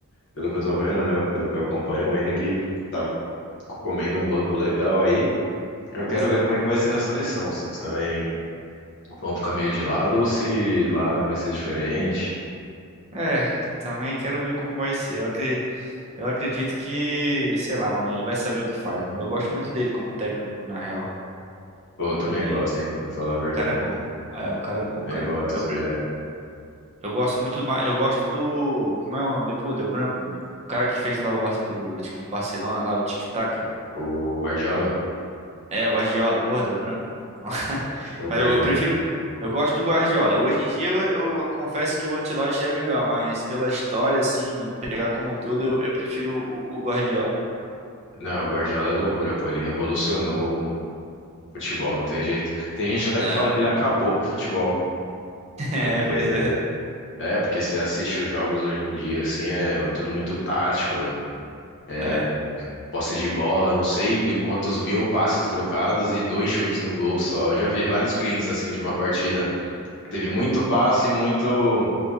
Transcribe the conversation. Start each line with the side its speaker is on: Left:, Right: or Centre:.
Left: Pelo que eu tô vendo, né? Pelo que eu acompanho, o Endrick tá comendo um banco legal aí. Eu
Right: pois
Left: quero
Right: é.
Left: ver como é que vai ser na seleção, se eles também vão ficar meio de lado ou se lá vai ser diferente.
Right: É, também quero ver como vai ser. Eu acre- Eu acredito que, sei lá, mano, ele vai saber o que faz, mano. Eu gosto muito dele como técnico, na real.
Left: Pô, eu também
Right: É,
Left: gosto, hein? Pra falar a verdade.
Right: o cara é bom. É, o cara é bom,
Left: Também
Right: o cara
Left: gosto.
Right: é bom. Eu, pre-
Left: É,
Right: eu gosto muito, ma- eu gosto do, como é o nome? Pô, deu branco, mano. O cara que fez lá o, Bar- o time do Barcelona, lá, o Tic Taca.
Left: o Guardiola?
Right: É, o Guardiola. Porra, deu branco. Não, não- <laughs>
Left: É o
Right: Mas
Left: Guardiola.
Right: eu, eu prefiro, eu gosto do Guardiola. Hoje em dia eu, eu confesso que o Ancelotti é melhor, mas pela história, assim, pegar como um todo, eu, eu prefiro o, o Guardiola.
Left: Não, o Guardiola é loucura, pô. Ele revolucionou o futebol, não tem jeito. Tem gente até
Right: É,
Left: que fala que ele acabou com o futebol.
Right: <laughs> é,
Left: Porque.
Right: pois é.
Left: É, porque você assiste os jogos hoje em dia, assim, é tudo muito tático. é,
Right: É.
Left: posse de bola, não sei quantos mil passes trocados e dois chutes no gol só. Eu já vi vários prints assim de uma partida. que Teve muito passe, muito